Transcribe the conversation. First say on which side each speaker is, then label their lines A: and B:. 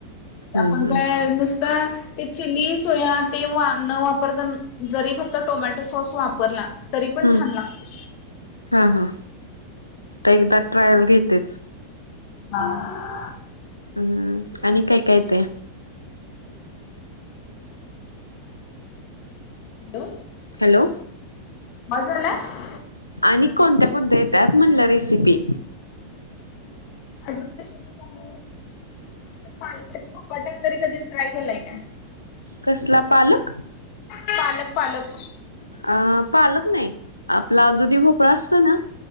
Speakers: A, on the left (about 85°); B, on the left (about 45°).
A: हम्म
B: आपण
A: हम्म
B: काय नुस तर ते चिली सोया तेव्हा न वापर पण जरी फक्त टोमॅटो सॉस वापरला. तरी पण
A: हम्म.
B: छान लागते.
A: हा हा. काय एकदा ट्रायल घेत तेच,
B: हा.
A: हम्म आणि काय काय येतंय?
B: हॅलो,
A: हॅलो,
B: बास झालं.
A: आणि कोणत्या कोणत्या येत्यात म्हटलं रेसिपी.
B: अजून कशाच सांगु? पालकाचे धपाटे वगैरे कधी ट्राय केलाय काय?
A: कसला पालक?
B: पालक पालक.
A: अ पालक नाही, आपला दुधी भोपळा असतो ना.